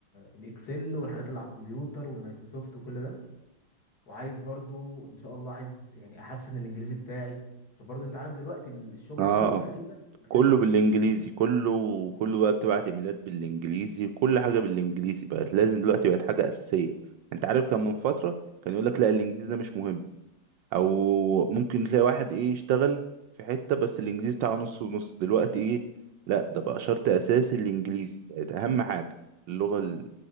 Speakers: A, on the left (about 50°); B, on the right (about 70°).
A: الاكسل والحاجات اللي على الكمبيوتر والمايكروسوفت وكل ده وعايز برضو ان شاء الله عايز يعني احسن الانجليزي بتاعي عشان برضو انت عارف دلوقتي ال- الشغل
B: اه
A: كله تقريبا محتاج
B: كله
A: انجليزي
B: بالانجليزي كله كله بقى بتبعت ايميلات بالانجليزي كل حاجه بالانجليزي بقت لازم دلوقتي بقت حاجه اساسيه انت عارف كان من فتره كان يقول لك لا الانجليزي ده مش مهم او ممكن تلاقي واحد ايه يشتغل في حته بس الانجليزي بتاعه نص ونص دلوقتي ايه لا ده بقى شرط اساسي الانجليزي بقت اهم حاجه اللغه ال-